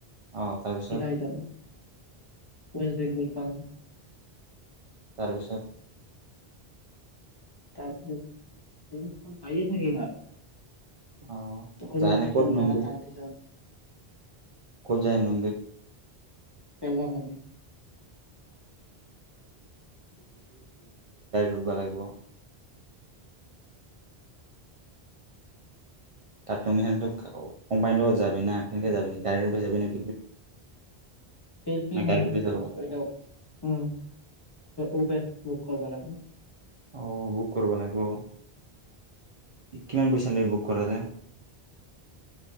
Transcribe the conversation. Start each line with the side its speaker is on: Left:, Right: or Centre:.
Right: অ তাৰপিছত
Left: এলাহ যাব ওৱেষ্ট বেংগল পাম
Right: তাৰপিছত
Left: তাৰপিছত প্ৰথম পাইয়ে থাকিম আৰু
Right: অ
Left: <unintelligible>
Right: যাই এনে ক'ত নামবি
Left: দাঙা দঙা <unintelligible>
Right: <unintelligible> <unintelligible> গাড়ীত
Left: চেল্লাপল্লি
Right: উঠব লাগিব <unintelligible> কম্পানীৰ লগত যি ন কেনেকে যাবি গড়ী <unintelligible>
Left: পিলপিল
Right: না
Left: নাই
Right: গাড়ীত উঠি
Left: <unintelligible>
Right: যাব লাগিব
Left: উম উবেৰ বুক কৰবা লাগবো
Right: অ বুক কৰিব লাগবো কিমান পইচা লাগ বুক কৰাতে